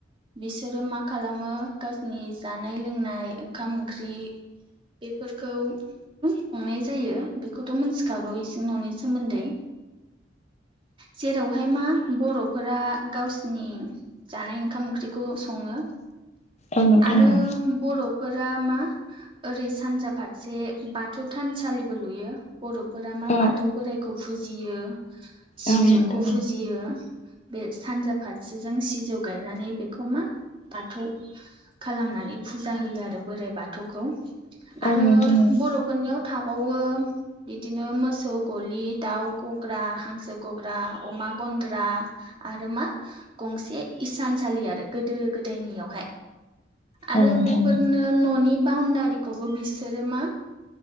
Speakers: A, on the right; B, on the left.
A: बिसोरो मा खालामो गावसिनि जानाय लोंनाय ओंखाम ओंख्रि बेफोरखौ संनाय जायो बेखौथ' मोनथिखागौ इसिं न'नि सोमोन्दै जेरावहाय मा बर'फोरा गावसो नि जानाय ओंखाम ओंख्रिखौ सङो
B: औ नोंथां
A: आरो
B: औ
A: बर'फोरा मा ओरै सानजा फारसे बाथौ थानसालिबो लुयो बर'फोरा मा
B: औ
A: बाथौ बोराइखौ फुजियो सिजौखौ
B: औ नोंथां
A: फुजियो बे सानजा फारसेजों सिजौ गायनानै बेखौ मा बाथौ खालामनानै फुजा होयो आरो बोराइ बाथौखौ आरो
B: औ नोंथां औ नोंथां
A: बर' फोरनियाव थाबाववो बिदिनो मोसौ गलि दाउ गग्रा हांसो गग्रा अमा गन्द्रा आरो मा गंसे इसानसालि आरो गोदो गोदायनियावहाय आरो
B: औ नोंथां
A: बेफोरनो ओ न'नि बाउणडारिखौबो बिसोरो मा